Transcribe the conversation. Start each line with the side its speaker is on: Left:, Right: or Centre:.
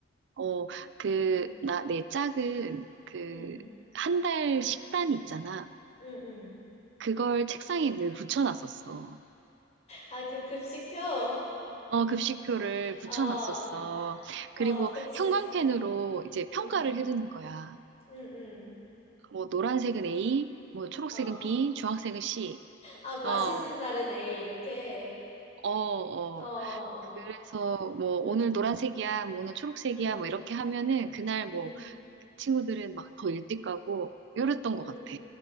Right: 어, 그,
Left: 응,
Right: 나, 내 짝은 그,
Left: 응.
Right: 한 달 식단 있잖아.
Left: 응, 응.
Right: 그걸 책상에 늘 붙여놨었어.
Left: 아, 그 급식표?
Right: 어, 급식표를 붙여놨었어.
Left: 어,
Right: 그리고
Left: 어, 그치.
Right: 형광펜으로 이제
Left: 응,
Right: 평가를 해주는 거야.
Left: 응, 응.
Right: 뭐, 노란색은 A, 뭐, 초록색은
Left: 어.
Right: B, 주황색은 C.
Left: 아, 맛있는
Right: 어,
Left: 날은 A, 이렇게.
Right: 어, 어.
Left: 어, 어.
Right: 그래서 뭐,
Left: 응,
Right: 오늘 노란색이야, 뭐, 오늘 초록색이야,
Left: 응,
Right: 뭐, 이렇게 하면은 그날
Left: 응,
Right: 뭐, 친구들은 막 더 일찍 가고, 이랬던
Left: 응.
Right: 것 같아.